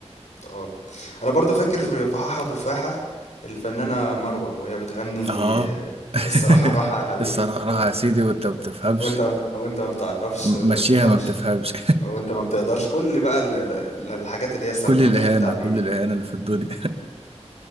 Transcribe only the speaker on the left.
اه انا برضو فاكر فحاحة وتفاحة الفنانة مروة وهي بتغني
آه،
الصراحة راحة يا حبيبي
وانت
وانت وانت ما بتعرفش
وانت
ما تفهمش
وانت ما بتقدرش كل بقى ال- ال- ال- الحاجات
اللي هي استخدمتها
في التعبير